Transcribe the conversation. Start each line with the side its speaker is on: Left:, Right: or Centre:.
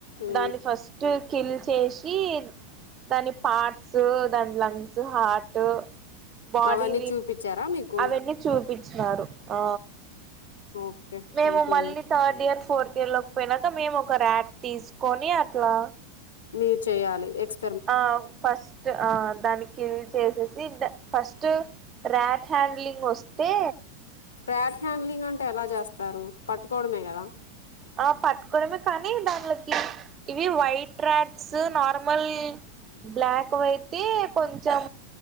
Left: ఉ
Right: దాన్ని ఫస్ట్ కిల్ చేసి దాని పార్ట్స్ దాని లంగ్స్ హార్ట్ బాడీ
Left: అవన్నీ చూపించారా మీకు
Right: అవన్నీ చూపించినారు ఆ
Left: ఓకే
Right: మేము
Left: ఉహు
Right: మళ్ళీ థర్డ్ ఇయర్ ఫోర్త్ ఇయర్ లోకి పోయినాక మేము ఒక ర్యాట్ తీసుకొని అట్లా
Left: మీరు చేయాలి ఎక్స్
Right: ఆ ఫస్ట్ ఆ దాన్ని కిల్ చేసేసి ఇ ఫస్ట్ ర్యాట్ హ్యాడ్లింగ్ వస్తే
Left: ర్యాట్ హ్యాండ్లింగ్ అంటే ఎలా చేస్తారు పట్టుకోవడమే కదా
Right: ఆ పట్టుకోవడమే కానీ దాంలోకి ఇవి వైట్ రాట్స్ నార్మల్ బ్లాక్ వైయితే కొంచెం